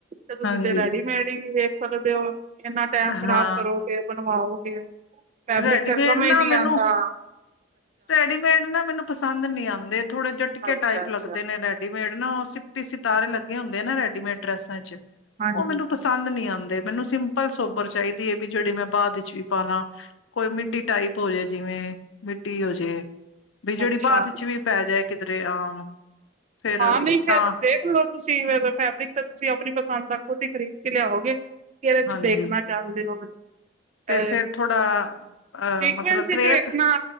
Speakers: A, on the right (about 35°); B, on the left (about 80°).
A: ਤੇ ਤੁਸੀਂ
B: ਹਾਂਜੀ
A: ਤੇ ਰੈਡੀਮੇਡ ਈ ਵੇਖ ਸਕਦੇ ਓ ਏਨਾ ਟੈਮ ਖ਼ਰਾਬ
B: ਹਾਂ
A: ਕਰੋਗੇ। ਬਣਵਾਓਗੇ ਫੈਬਰਿਕ
B: ਰੈਡੀਮੇਡ
A: ਫੇਰ ਸਮਝ
B: ਨਾ
A: ਨੀ
B: ਮੈਨੂੰ
A: ਆਦਾ।
B: ਰੈਡੀਮੇਡ ਨਾ ਮੈਨੂੰ ਪੰਸਦ ਨਈ ਆਦੇ, ਥੋੜੇ ਝਟਕੇ
A: ਅੱਛਾ
B: ਟਾਈਪ
A: ਅੱਛਾ
B: ਲੱਗਦੇ ਨੇ ਰੈਡੀ ਰਡੀਮੇਡ ਨਾ, ਓ ਸੀਪੀ-ਸਿਤਾਰੇ ਲੱਗੇ ਹੁੰਦੇ ਨਾ ਰੈਡੀਮੇਡ ਡਰੈਸਾਂ ਚ
A: ਹਾਂਜੀ
B: ਓ ਮੇਨੂੰ
A: ਹਾਂਜੀ
B: ਪਸਾੰਦ ਨੀ ਆਂਦੇ, ਮੇਨੂੰ ਸਿਮ ਪਲ ਸੋਬਰ ਚਾਇਦੀ ਏ ਵੀ ਜੇੜੀ ਮੈਂ ਬਾਅਦ ਵਿੱਚ ਵੀ ਪਾਾਲਾ ਕੋਈ ਮਿੱਡੀ ਟਾਈਪ ਹੋਜੇ ਜਿਵੇਂ ਡੀ ਹੋਜੇ ਬੀ ਜੇੜੀ
A: ਅੱਛਾ
B: ਬਾਦ ਚ ਵੀ ਪੈਜੇ ਕਿਧਰੇ ਆਮ ਫਿਰ
A: ਹਾਂ, ਨਈ
B: ਤਾਂ
A: ਫੇਰ ਤੇ ਦੇਖਲੋ। ਤੁਸੀਂ ਫੇਰ ਫੈਬਰਿਕ ਤਾਂ ਤੁਸੀਂ ਆਪਣੀ ਪੰਸਦ ਦਾ ਖੁਦ ਈ ਖਰੀਦ ਕੇ ਲਿਆਓਗੇ, ਕੇ ਏਦੇ
B: ਹਾਂਜੀ
A: ਚ ਦੇਖਣਾ ਚਾਂਹਦੇ ਓ ਅ
B: ਤੇ ਫਿਰ ਥੋੜਾ ਅ
A: ਸਿਕਵੈਂਸ
B: ਮਤਲਬ ਕਰੇਪ
A: ਚ ਵੇਖਣਾ।